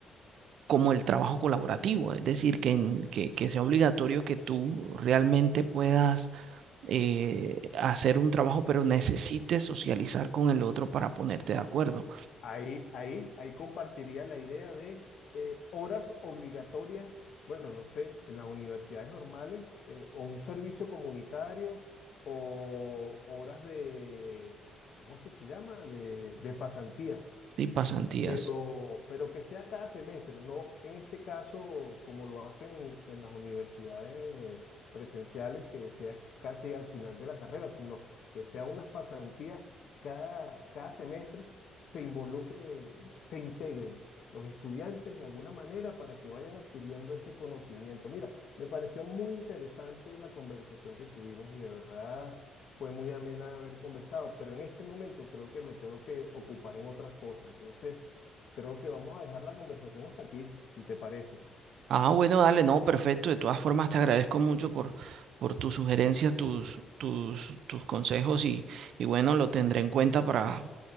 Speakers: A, on the right; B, on the left.
A: como el trabajo colaborativo, es decir, que, en- que, que sea obligatorio que tú realmente puedas eh, hacer un trabajo, pero necesites socializar con el otro para ponerte de acuerdo.
B: Ahí, ahí, ahí compartiría la idea de eh, horas obligatorias, bueno, no sé, en las universidades normales, eh, o un servicio comunitario, o horas de, ¿cómo es que se llama? De, de pasantía.
A: Sí, pasantías.
B: pero, pero que sea cada semestre, no en este caso como lo hacen en, en las universidades presenciales, que sea casi al final de la carrera, sino que sea unas pasantías cada, cada semestre, se involucre, se integren los estudiantes de alguna manera para que vayan adquiriendo ese conocimiento. Mira, me pareció muy interesante la conversación que tuvimos y de verdad fue muy amena haber conversado, pero en este momento creo que me tengo que ocupar en otras cosas. Entonces, Creo que vamos a dejar la conversación hasta aquí, si te parece.
A: Ah, bueno, dale, no, perfecto. De todas formas, te agradezco mucho por, por tus sugerencias, tus, tus, tus consejos y, y bueno, lo tendré en cuenta para,